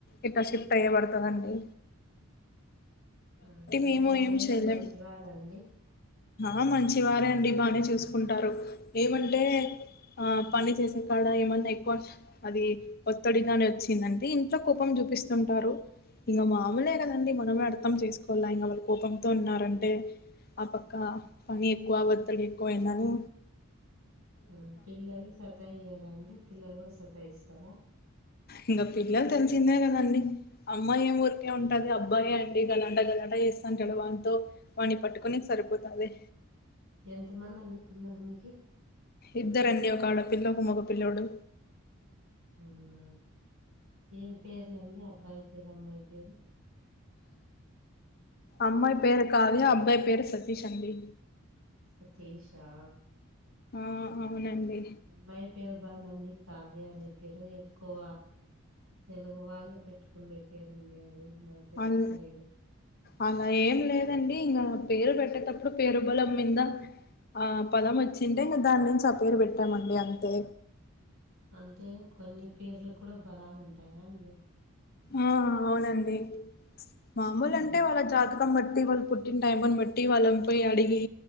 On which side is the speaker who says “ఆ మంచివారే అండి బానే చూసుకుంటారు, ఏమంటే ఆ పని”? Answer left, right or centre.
Left